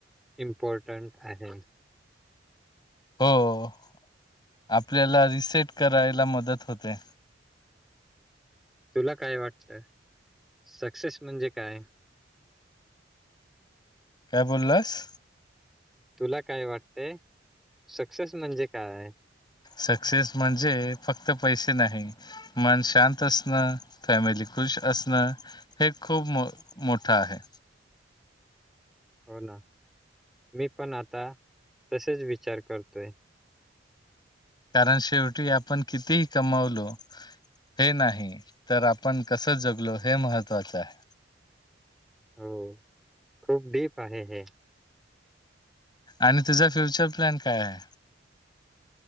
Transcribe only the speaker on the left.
हो आपल्याला रिसेट करायला मदत होते.
काय बोललास?
सक्सेस म्हणजे फक्त पैसे नाही मन शांत असणं, फॅमिली खुश असणं हे खूप मो मोठं आहे.
कारण शेवटी आपण कितीही कमवलो हे नाही तर आपण कसं जगलो हे महत्त्वाचं आहे.
आणि तुझा फ्युचर प्लॅन काय आहे?